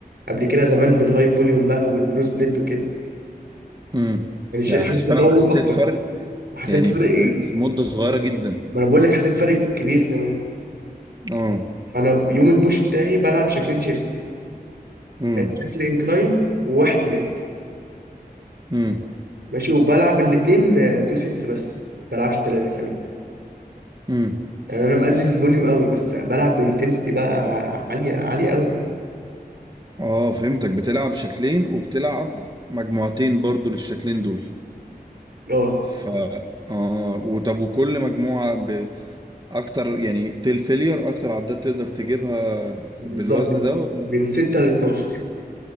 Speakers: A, on the right (about 85°); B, on the right (about 25°).
A: قبل كده زمان بالهاي فوليوم بقى والبرو سبليت وكده
B: امم
A: يعني ش-
B: يعني
A: شفت
B: حس-
A: تطور
B: فعلا حسيت
A: اكتر
B: فرق
A: وحسيت
B: يعني
A: بفرق
B: في في مده صغيره جدا
A: ما انا بقول لك حسيت فرق كبير كمان
B: اه
A: انا يوم البوش بتاعي بلعب شكلين شيست
B: امم
A: يعني شكل انكلاين وواحد فلات
B: امم
A: ماشي وبلعب الاتنين آه، تو سيتس بس بلعبش تلاتة كمان
B: امم
A: يعني انا مقلل الفوليوم قوي بس بلعب بانتنستي بقى ع- عالية عالية قوي
B: اه فهمتك بتلعب شكلين وبتلعب مجموعتين برضو للشكلين دول
A: اه
B: ف اه وطب وكل مجموعة بأكتر يعني تيل فيلير أكتر عدات تقدر تجيبها ف-
A: بالظبط
B: بالوزن
A: من
B: ده ولا
A: من 6 ل 12